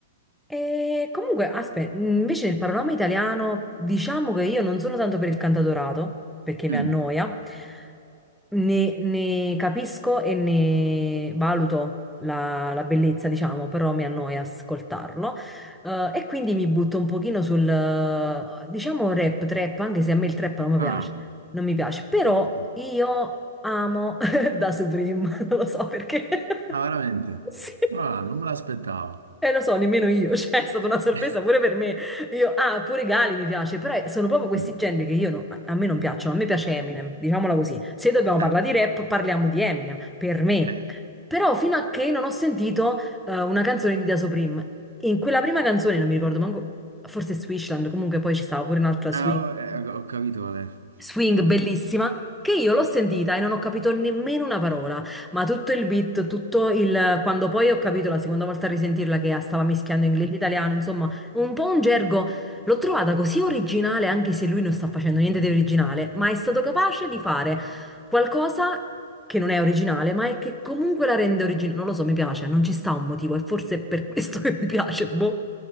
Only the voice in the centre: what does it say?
E comunque, aspetta, invece nel panorama italiano diciamo che io non sono tanto per il cantautorato, perché mi
annoia, ne, ne capisco e ne valuto la, la bellezza, diciamo, però mi annoia ascoltarlo. Eh, e quindi mi butto un pochino sul, eh, diciamo, rap, trap, anche se a me il trap non mi piace,
non mi piace, però
io amo <laughs> Da Supreme, <laughs> non lo so perché. <laughs>
Sì.
Eh, lo so, nemmeno io, <laughs> cioè è stata una sorpresa
pure per me. Io, ah, pure Gali mi piace, però eh, sono proprio questi
generi che io no- a me non piacciono, a me piace Eminem, diciamola così. Se dobbiamo parlare
di rap, parliamo di Eminem, per me.
Però fino a che non ho sentito eh, una canzone di Da Supreme, in quella prima canzone, non mi ricordo manco, forse Switchland, comunque poi ci stava pure un'altra swing
swing
bellissima che io l'ho sentita e non ho capito nemmeno una parola, ma tutto il beat, tutto il... quando poi ho capito la seconda volta a risentirla che stava mischiando inglese e italiano, insomma, un po' un gergo, l'ho trovata così originale anche se lui non sta facendo niente di originale, ma è stato capace di fare qualcosa che non è originale, ma è che comunque la rende originale, non lo so, mi piace, non ci sta un motivo e forse è per questo <laughs> che mi piace, boh.